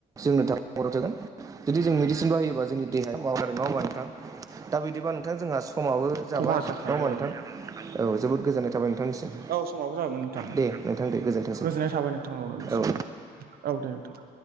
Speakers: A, on the right; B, on the right.
A: जोंनो थाखाय मदद जागोन। जुदि जों मेडिसिन बाहायोबा जोंनि देहाया खहा जागोन नङा होमबा नोंथां। दा बिदिबा नोंथां जोंहा स माबो जाबाय
B: खहा
A: नङा
B: जाखायो
A: होमबा
B: औ
A: नोंथां। औ जोबोद गोजोननाय थाबाय नोंथांनिसिम
B: औ समाबो जाबायमोन नोंथां
A: दे। नोंथां दे गोजोन्थोंसै
B: गोजोननाय थाबाय नोंथां नोंनिसिम
A: औ।
B: औ दे नोंथां।